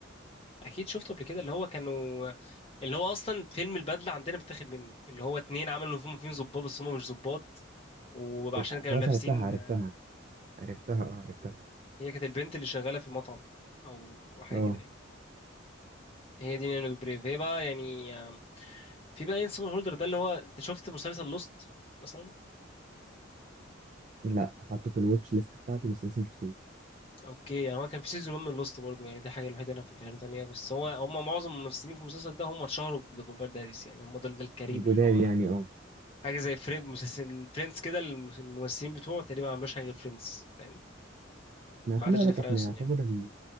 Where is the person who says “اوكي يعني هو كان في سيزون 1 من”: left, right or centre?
Left